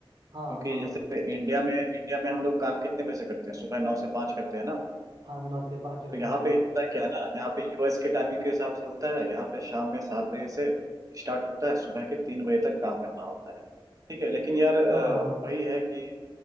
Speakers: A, on the right; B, on the right.
A: क्योंकि
B: हाँ हाँ
A: जैसे इंडिया में इंडिया में हम लोग काम कितने बजे से करते हैं सुबह नौ से पाँच करते हैं ना
B: हाँ नौ से पाँच रहता
A: तो यहाँ
B: है हम
A: पे
B: लोग
A: होता
B: का
A: है क्या है ना यहाँ पे यूएस के टाइमिंग के हिसाब से होता है यहाँ पे शाम में सात बजे से स्टार्ट होता है सुबह के तीन बजे तक काम करना होता है ठीक है लेकिन यार अ,
B: हाँ
A: वही है कि